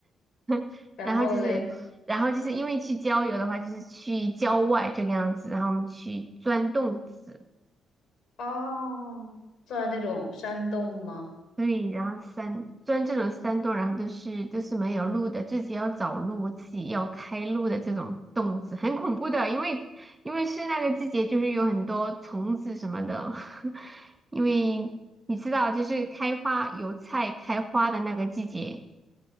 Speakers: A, on the right; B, on the left.
A: <laughs>
B: 然后嘞，
A: 然后就是，然后就是因为去郊游的话，就是去郊外这个样子，然后我们去钻洞子。
B: 哦，坐在那种山洞吗？
A: 对，然后山，钻这种山洞，然后都是都是没有路的，自己要找路，自己要开路的这种洞子，很恐怖的，因为因为是那个季节，就是有很多虫子什么的，<laughs> 因为你知道，就是开花油菜开花的那个季节。